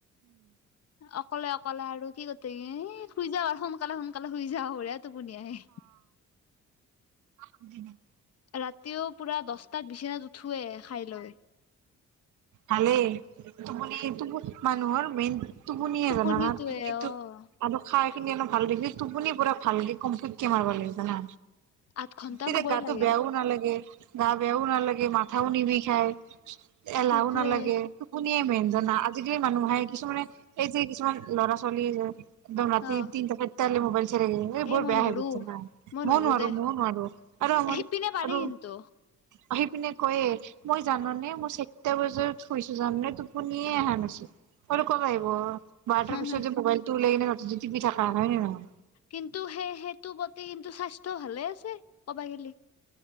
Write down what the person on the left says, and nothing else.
অকলে, অকলে আৰু কি কটে খুই যা আৰু সোনকালে, সোনকালে। শুই যাওঁ টোপনি আহে।
ৰাতিও পুৰা দছটাত বিচনাত উঠোৱে খাইলৈ।
টোপনিটোৱে
অ
আঠ ঘন্টা
শুবই
লাগে
সেইটোয়ে
অ
এ মই
নৰো
মই
নৰো
দে
সিপিনে পাৰি
কিন্তু
হা
হা
কিন্তু সেই-সেইটো প্ৰতি কিন্তু স্বাস্থ্য তো ভালে আছে, ক'বা গেলে।